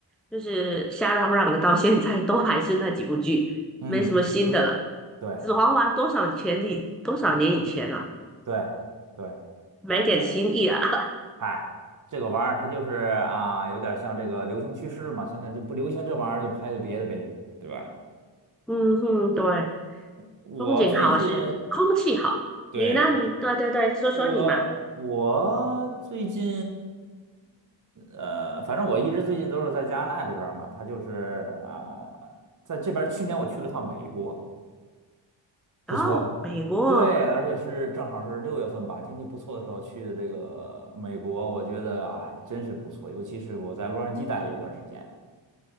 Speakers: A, in the centre; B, on the right.
A: 就是瞎嚷嚷的，到现在都还是那几部剧，
B: 嗯，
A: 没什么新的了。
B: 对
A: 指环王多少前以多少年以前了，
B: 对对，
A: 没点新意啊。
B: 但是。现
A: <laughs>
B: 嗨，这个玩意儿它就是啊，有点像这个流行趋势嘛，现在就不流行这玩意儿，就拍别的呗，对吧？
A: 嗯哼，对，
B: 我最近，
A: 风景好是空气好。
B: 对，
A: 你呢？你对对对，说说你嘛。
B: 我我最近，呃，反正我一直最近都是在加拿大这边儿嘛，他就是啊、在这边儿去年我去了趟美国，不错。
A: 哦，美国，
B: 对，而且是正好是六月份吧，天气不错的时候去的这个美国，我觉得哎，真是不错，尤其是我在洛杉矶待了一段时间。